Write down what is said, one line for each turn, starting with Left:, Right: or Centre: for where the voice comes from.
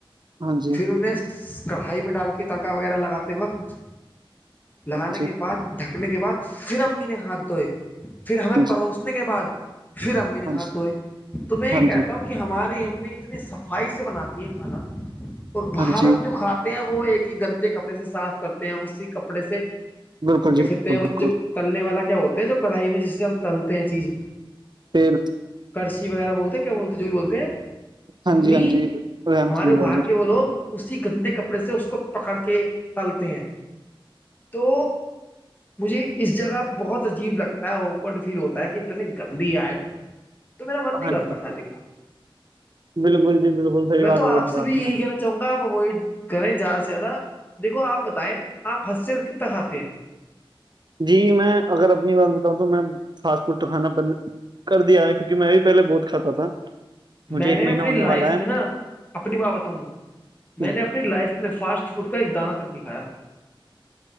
Right: ہاں جی
Left: کام ہائی میں ڈال کے تڑکا وغیرہ لگاتے وقت لگانے
Right: ہاں جی
Left: کے بعد ڈھکا نے کے بعد پھر امی نے ہاتھ دھوئے پھر ہمیں
Right: ہاں جی
Left: پروسنے کے بعد پھر امی نے
Right: ہاں جی
Left: ہاتھ دھوئے تو میں
Right: ہاں
Left: یہ کہتا
Right: جی
Left: ہوں ہماری ایں اتنی صفائی سے بناتی ہیں کھانا اور بر
Right: ہاں جی
Left: ہم جو کھاتا ہیں وہ ایک ہی گندے کپڑے سے صاف کرتے ہیں اسی کپڑے سے
Right: بالکل جی بالکل
Left: کتے ہیں وہ
Right: بالکل
Left: جو تلنے والا کیا ہوتا ہے جو کڑھائی میں جس سے ہم تلتے ہیں چیز
Right: پھر
Left: کڑشی وغیرہ بولتے ہیں کیا بولتے جو بھی بولتے ہیں
Right: ہاں
Left: امی
Right: جی ہاں جی رحمت
Left: ہمارے
Right: اللہ
Left: باہر
Right: جی
Left: کے وہ لوگ اسی گندے کپڑے سے اس کو پکڑ کے ڈالتے ہیں تو مجھے اس جگہ بہت عجیب لگتا ہے اوکڈ فیل ہوتا ہے کہ اتنے گندی آئے تو میرا من نہیں
Right: ہاں
Left: کرتا
Right: جی
Left: کھانے کا
Right: بالکل جی بالکل صحیح
Left: میں
Right: بات
Left: تو آپ
Right: بولی
Left: سے بھی
Right: نے
Left: یہی کہنا چاہوں گا آپ وہی کریں زیادہ سے زیادہ دیکھو آپ بتائیں آپ ہنس کتنا کھاتے ہیں
Right: جی میں اگر اپنی بات بتاؤں تو میں فاسٹ فڈ کا کھانا بند کر دیا ہے کیونکہ میں بھی پہلے بہت کھاتا تھا مجھے
Left: میں
Right: ایک
Left: نے
Right: مہینہ
Left: اپنی
Right: ہونے
Left: لائف
Right: والا ہے
Left: میں نا اپنی ماں بتاؤں میں
Right: جی۔
Left: نے اپنی لائف میں فاسٹ فوڈ کا ایک دانہ تک نہیں کایا